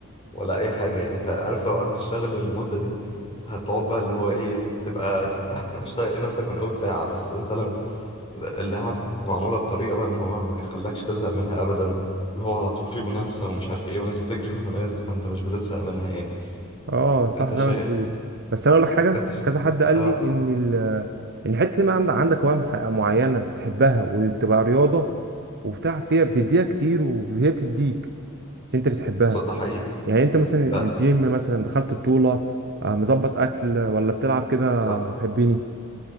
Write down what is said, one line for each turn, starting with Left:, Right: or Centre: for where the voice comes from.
Left: ولا أي حاجة يعني أنت عارف لو قبل تشتغل المدة دي هتقعد بقى اللي هو إيه تبقى تبقى <laughs> مش طايق نفسك من أول ساعة بس أنت لو اللعب معمولة بطريقة بقى ان هو ما يخلكش تزهق منها ابدا اللي هو على طول فيه منافسة ومش عارف ايه وناس بتجري ورا ناس فانت مش بتزهق منها يعني
Right: اه صح
Left: انت
Right: زي
Left: شا...
Right: ما انت بتقول بس انا اقول لك حاجه
Left: انت ش...
Right: كذا حد قال
Left: اه
Right: لي ان ال ان حته ما عندك عندك هوايه مح- معينه بتحبها وتبقى رياضه وبتاع فيها بتديها كتير وهي بتديك عشان انت بتحبها
Left: ص- ده حقيقي
Right: يعني انت مثلا الجيم
Left: لا
Right: مثلا دخلت بطوله آه، مظبط اكل ولا بتلعب كده
Left: صح
Right: حبيني